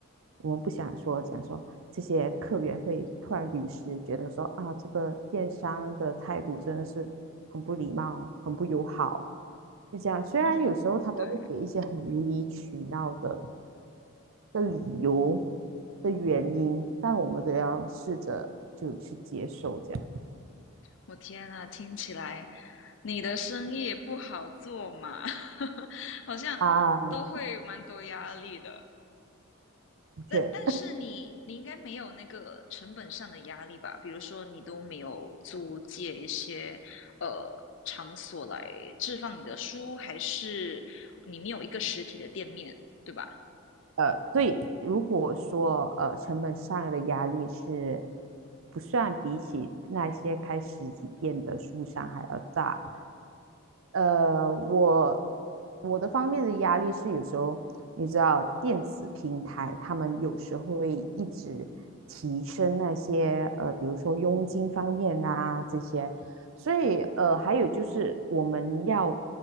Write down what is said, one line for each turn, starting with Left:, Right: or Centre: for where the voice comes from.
Right: 我们不想说讲说这些客源会突然流失，觉得说啊，这个电商的态度真的是很不礼貌，很不友好，就这样。虽然有时候他们会给一些很无理取闹的
Left: 嗯，对，
Right: 的理由的原因，但我们都要试着就去接受这样
Left: 我天呐，听起来你的生意也不好做嘛，<laughs> 好像都会蛮多压力的。
Right: 啊，的确，
Left: 但但是你你应该没有那个成本上的压力吧？比如说你都没有租借一些呃场所来置放你的书，还是你没有一个实体的店面，对吧？
Right: 呃，对，如果说呃成本上的压力是不算比起那些开实体店的书商还要大，呃，我我的方面的压力是有时候，你知道，电子平台他们有时候会一直提升那些呃，比如说佣金方面啊这些，所以呃，还有就是我们要